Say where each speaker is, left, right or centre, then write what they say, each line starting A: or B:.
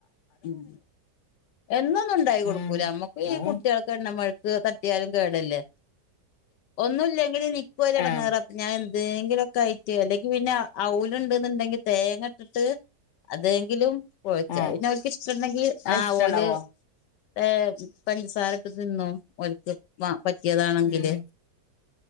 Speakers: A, on the left; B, on the left.
A: ഉം എന്നൊന്നും ഇണ്ടാക്കി കൊടുക്കൂല
B: ഉം
A: അമ്മക്കീ
B: അത്
A: കുട്ടിയാൾ എണ്ണം വഴക് തട്ടിയാലും കേടല്ലേ ഒന്നുല്ലെങ്കിൽ ഇൻക്കു ഒര്എടങ്ങേറക്ക്
B: ആഹ്
A: ഞാൻ എന്തെങ്കിലൊക്കെ ആയിറ്റ് അല്ലെങ്കിൽ പിന്നെ അവുല് ഇണ്ട്ന്ന്ണ്ടങ്കി തേങ്ങ ഇട്ടിട്ട് അതെങ്കിലും കുഴച്
B: ആഹ്
A: അഹ്പിന്നെ അവർക്ക്ഷ്ട്ടണ്ടെങ്കിൽ
B: അത്
A: ആഹ്
B: ഇഷ്ടണ്ടാവോ
A: ഓല് ഏ പഞ്ചസാരട്ട് തിന്നും ഒല്ക്ക് മ പറ്റിയതാണെങ്കില്
B: ഉം